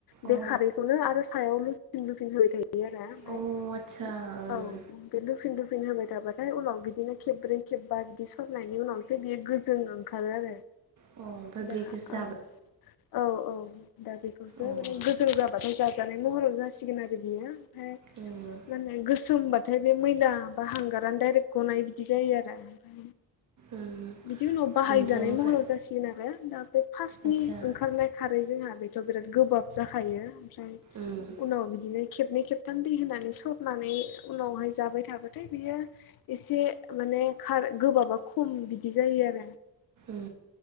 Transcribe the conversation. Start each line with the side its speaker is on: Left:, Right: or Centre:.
Left: बे
Right: अ
Left: खारैखौनो आरो सायावनो लुफिनबाय थायो आरो ओमफ्राय
Right: अ आदसा ओं
Left: औ औ बे होफिनबाय थाबाथाय उनाव बिदिनो खेब्रै खेबबा बिदि सरनायनि उनावसो बियो गोजों ओंखारो आरो
Right: अ ओमफ्राय
Left: दा
Right: ब्रेकफास्ट जाबाय
Left: आ औ औ दा बेखौसो
Right: अ
Left: माने गोजों जाबाथाय जाजानाय महराव जासिगोन आरो बियो फाय
Right: उम
Left: माने गोसोमबाथाय बे मै दा बा हांगारानो डाइरेक्ट गनानै बिदि जायो आरो
Right: उम
Left: बिदि उनाव बाहायजानाय
Right: नोंथांनिफ्राय
Left: महराव जासिगोन आरो दा बे फार्स्टनि
Right: आदसा
Left: ओंखारनाय खारै जोंहा बिथ' बिराथ गोबाब जाखायो ओमफ्राय
Right: उम
Left: उनाव बिदिनो खेबनै खेबथाम दै होनानै सरनानै बै उनावहाय जाबाय थाबाथाय बियो एसे माने खारै गोबाबा खम बिदि जायो आरो
Right: उम